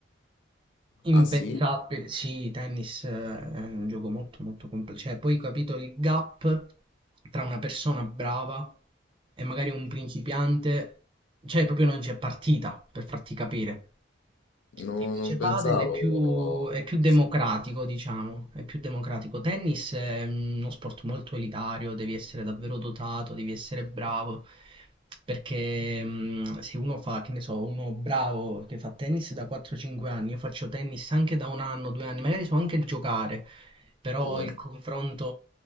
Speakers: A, on the right; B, on the left.
A: impensabile.
B: Ah sì?
A: Sì, tennis eh, è un gioco molto molto complesso. Cioè, poi ho capito il gap tra una persona brava e magari un principiante, cioè proprio non c'è partita per farti capire.
B: No-
A: Invece
B: non pensavo
A: padel è più, è più democratico,
B: così.
A: diciamo, è più democratico. Tennis è uno sport molto elitario, devi essere davvero dotato, devi essere bravo, perché mh, se uno fa, che ne so, uno bravo che fa tennis da 4-5 anni, io faccio tennis anche da un anno, due anni, magari so anche giocare, però
B: Sì.
A: il confronto